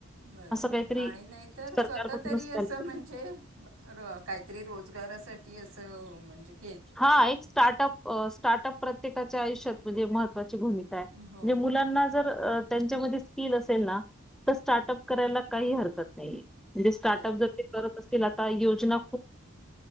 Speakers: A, on the right; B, in the centre.
A: बरोबर
B: असं काहीतरी
A: आणि नाहीतर
B: सरकारकडूनच
A: स्वतः तरी असं
B: व्हायला पाहिजे.
A: म्हणजे <unintelligible> म्हणजे काहीतरी रोजगारासाठी असं काही
B: हा एक स्टार्टअप स्टार्टअप प्रत्येकाच्या आयुष्यात म्हणजे महत्वाच <unintelligible> ण मुच्या
A: हो
B: मुलांमध्ये काहीतरी भूमिका आहे तर स्किल असेल तर स्टार्टअप करायला काही हरकत नाही. म्हणजे स्टार्टअप
A: खरं
B: जर
A: आहे
B: ते करत असतील सरकारी योजना